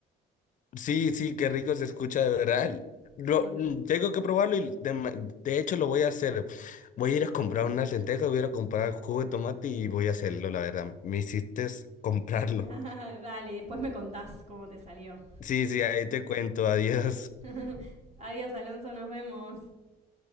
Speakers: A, on the left (about 50°); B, on the right (about 40°).
A: Sí, sí, qué rico se escucha de verdad. Lo,
B: Sí,
A: mm, tengo que probarlo y de, ma- de hecho lo voy a hacer. Voy a ir a comprar unas lentejas, voy a ir a comprar jugo de tomate y voy a hacerlo, la verdad. Me hiciste comprarlo.
B: <laughs> Dale, y después me contás cómo te salió.
A: Sí, sí, ahí te cuento. Adiós.
B: <laughs> Adiós, Alonso, nos vemos.